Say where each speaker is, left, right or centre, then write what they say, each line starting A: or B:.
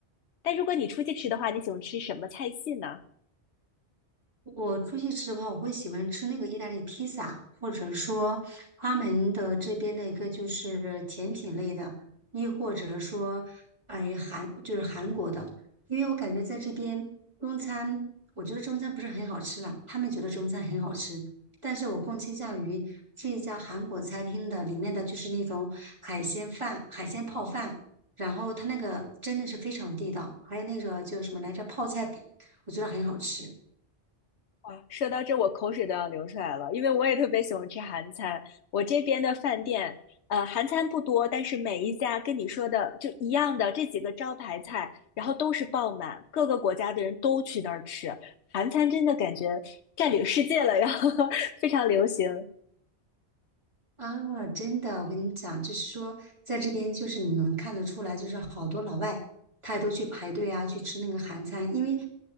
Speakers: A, on the left (about 85°); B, on the right (about 25°).
A: 但如果你出去吃的话，你喜欢吃什么菜系呢？
B: 我出去吃的话，我会喜欢吃那个意大利披萨，或者说他们的这边的一个就是甜品类的，亦或者说，哎，韩就是韩国的，因为我感觉在这边中餐，我觉得中餐不是很好吃了，他们觉得中餐很好吃，但是我更倾向于这一家韩国餐厅的里面的就是那种海鲜饭、海鲜泡饭，然后它那个真的是非常地道，还有那个就是什么来着泡菜饼，我觉得很好吃。
A: 哇，说到这，我口水都要流出来了，因为我也特别喜欢吃韩餐。我这边的饭店，呃，韩餐不多，但是每一家跟你说的就一样的这几个招牌菜，然后都是爆满，各个国家的人都去那儿吃。韩餐真的感觉占领世界了，然后 <laughs> 非常流行。
B: 啊，真的，我跟你讲，就是说，在这边就是你能看得出来，就是好多老外，他都去排队啊，去吃那个韩餐，因为